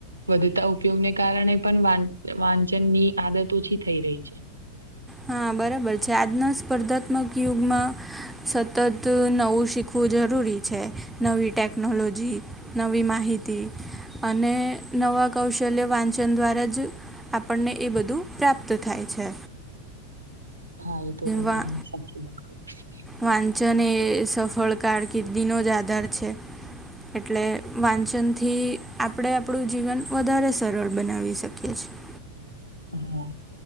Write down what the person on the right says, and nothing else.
વધતા ઉપયોગને કારણે પણ વાંચન ની આદત ઓછી થઈ રહી છે.
હા એ તો તમે
ઘણી સાચી વાત કરી
હા